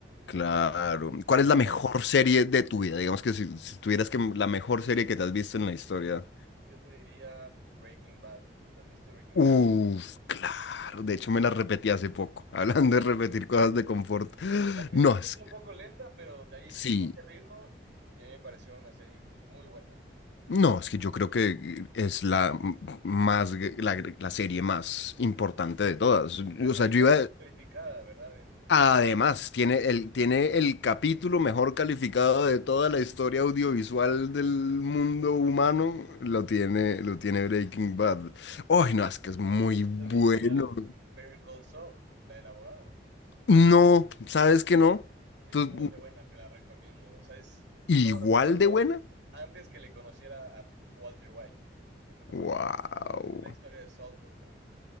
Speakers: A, on the left (about 70°); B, on the right (about 70°).
A: Claro. ¿Cuál es
B: Además,
A: la mejor serie de tu vida? Digamos que si, si tuvieras que la mejor serie que te has visto en la historia.
B: yo te diría Breaking Bad. ¿Te has visto Breaking
A: Uf,
B: Bad?
A: claro. De hecho, me la repetí hace poco. <laughs> Hablando de repetir
B: No.
A: cosas de confort.
B: Al principio
A: No, es
B: es
A: que
B: un poco lenta, pero de ahí
A: sí.
B: coge ritmo y a mí me pareció una serie muy buena.
A: No, es que yo creo que eh, es la m- más gr- la, gr- la serie más importante de todas.
B: Es la
A: O
B: que
A: sea,
B: mejor
A: yo iba
B: ha sido calificada, ¿verdad? En, o sea,
A: a- además tiene el tiene el capítulo mejor calificado de toda la historia audiovisual del mundo humano, lo tiene lo tiene Breaking Bad. Ay, no, es que es muy bueno.
B: ¿te has visto igual Better Call Saul, la del abogado?
A: No, ¿sabes que no?
B: Es
A: ¿Tú-
B: igual de buena, te la recomiendo. O sea, es
A: igual
B: todo lo que pasó
A: de buena?
B: antes que le conociera a Walter White, lo que pasó
A: Wow.
B: con Saul Goodman. Es la historia de Saul Goodman.